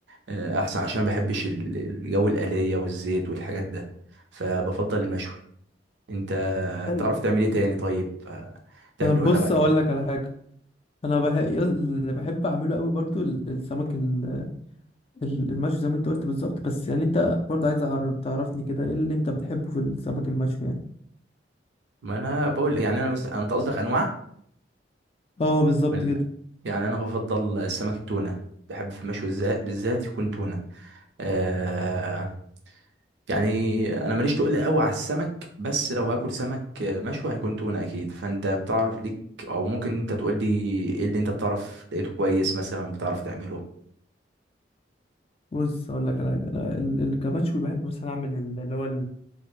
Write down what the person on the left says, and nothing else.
اتكلم
أنا بص
اقول
لك على حاجه انا بح... يا- اللي بحب اعمله قوي برضو ال- السمك ال- ال- المشوي زي ما انت قلت بالظبط بس يعني انت برضو عايز أعر- تعرفني كده ايه اللي انت بتحبه في السمك المشوي يعني
اه بالظبط
كده
بص اقول لك على حاجه انا ال- ال- كمشوي بحب مثلا اعمل ال- اللي هو